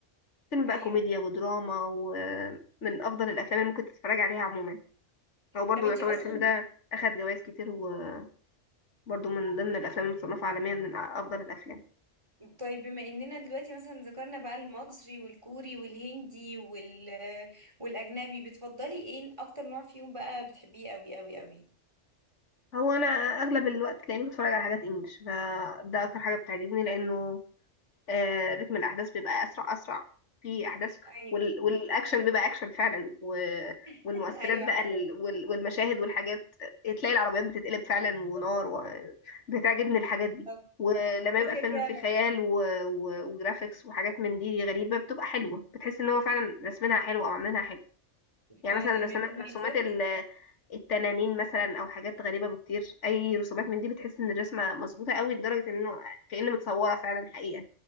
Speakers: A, on the left; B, on the right.
A: فيلم بقى
B: ايوه
A: كوميديا ودراما ومن أفضل الأفلام اللي ممكن تتفرج عليها عموما هو برضه
B: طب انتي
A: يعتبر
B: اصلا
A: الفيلم ده أخد جوائز كتير وبرضه من ضمن الأفلام المصنفة عالميا من أ- أفضل الأفلام
B: طيب بما اننا دلوقتي مثلا ذكرنا بقى المصري والكوري والهندي وال... والاجنبي بتفضلي ايه اكتر نوع فيهم بقى بتحبيه قوي قوي قوي
A: هو أنا أغلب الوقت تلاقيني بتفرج على حاجات إنجلش فده أكتر حاجة بتعجبني لأنه آه، رتم الأحداث بيبقى أسرع أسرع في أحداث
B: ايوه
A: وال- والأكشن بيبقى أكشن فعلا و-
B: <laughs>
A: والمؤثرات
B: ايوه
A: بقى
B: حسب
A: ال- وال- والمشاهد والحاجات آه، تلاقي العربيات بتتقلب فعلا ونار وبتعجبني الحاجات دي
B: طب
A: ولما
B: بصي
A: يبقى فيلم
B: هي فعلا
A: فيه خيال و... و... وجرافيكس وحاجات من دي غريبة بتبقى حلوة بتحس ان هو فعلا رسمينها حلو او عاملينها حلو يعني
B: فعلا
A: مثلا رسومات
B: من المميزات
A: رسومات ال- التنانين مثلا او حاجات غريبه بتطير اي رسومات من دي بتحس ان الرسمه مظبوطه قوي لدرجه انه كأن متصوره فعلا حقيقه